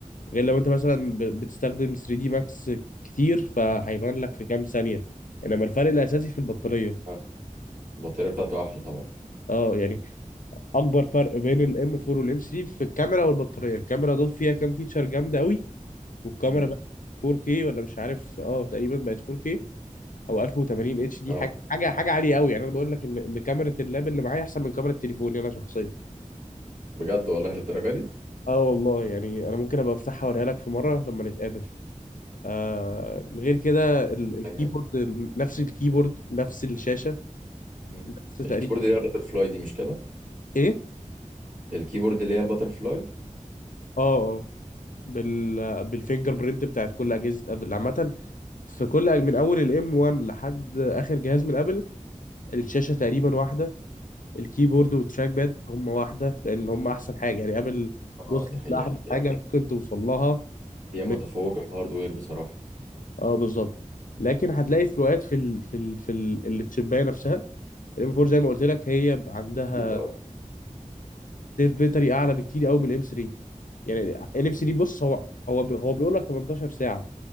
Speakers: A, on the left; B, on the right.
A: غير لو انت مثلا ب- بتستخدم 3 دي ماكس كتير فهيبان لك في كام ثانيه انما الفرق الاساسي في البطاريه
B: آه. البطارية بتاعته احلى طبعا
A: اه يعني اكبر فرق بين الام 4 والام 3 في الكاميرا والبطاريه الكاميرا ضاف فيها كام فيتشر جامده قوي والكاميرا
B: مم.
A: بقت 4K ولا مش عارف اه تقريبا بقت 4K او 1080 اتش دي
B: اه
A: حاجه حاجه حاجه عاليه قوي يعني انا بقول لك ان ان كاميرا اللاب اللي معايا احسن من كاميرا تليفوني انا شخصيا
B: بجد والله للدرجة دي
A: اه والله يعني انا ممكن ابقى افتحها اوريها لك في مره لما نتقابل آه غير كده ال- الكيبورد
B: ده جامد
A: ال- نفس الكيبورد نفس الشاشه
B: مم.
A: نفس تقريبا
B: الكيبورد اللي هي الباتر فلاي دي مش كده
A: ايه
B: الكيبورد اللي هي الباتر فلاي
A: اه اه بال بالفينجر برينت بتاعت كل اجهزه ابل عامه في كل أج- من اول الام 1 لحد اخر جهاز من ابل الشاشه تقريبا واحده الكيبورد والتراك باد هم واحدة لأن هم أحسن حاجة يعني أبل
B: اه
A: وصلت
B: دي حقيقة
A: لأحلى
B: حقيقة
A: حاجة ممكن توصل لها
B: هي
A: من-
B: متفوقة في الهاردوير بصراحة
A: اه بالظبط لكن هتلاقي فروقات في ال... في ال... في ال... التشيباية نفسها الام 4 زي ما قلت لك هي بقى عندها
B: أكيد، آه،
A: سيف بيتري أعلى بكتير قوي من الام 3 يعني الام 3 بص هو هو بي... هو بيقول لك 18 ساعة